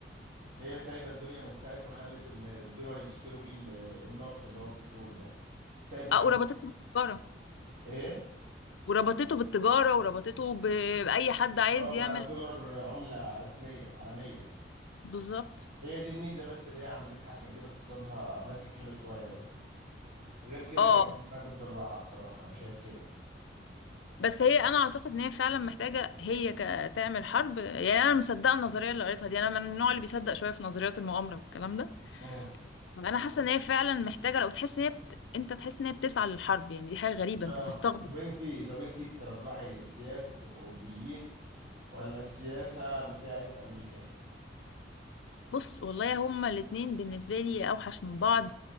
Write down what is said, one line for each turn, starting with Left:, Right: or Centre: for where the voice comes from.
Right: هي سايده الدنيا من ساعه ما خلت ال- الدولار يشتروا بيه ال- النفط اللي هو البترول ده ساعه ما
Left: اه
Right: خلت
Left: وربطته بالتجارة
Right: ايه
Left: وربطته بالتجارة وربطته ب- بأي حد عايز
Right: اه
Left: يعمل
Right: بقى الدولار عمله رسميه عالميه
Left: بالظبط
Right: هي دي الميزه بس اللي هي عملتها عشان كده اقتصادها ماسك حلو شويه بس غير كده
Left: اه
Right: كانت الدنيا هتفضل واقعة بصراحة أنا شايف كده
Left: بس هي انا اعتقد ان هي فعلا محتاجه هي ك- تعمل حرب يعني انا مصدقه النظريه اللي قريتها دي انا من النوع اللي بيصدق شويه في نظريات المؤامره والكلام ده
Right: اه
Left: انا حاسه ان هي فعلا محتاجه لو تحس ان هي بت... انت تحس ان هي بتسعى للحرب يعني دي حاجه غريبه
Right: آه
Left: انت تستغرب
Right: طب أنتي طب أنتي ترجحي سياسة الأوروبيين ولا السياسة بتاعت أمريكا؟
Left: بص والله هما الاتنين بالنسبه لي اوحش من بعض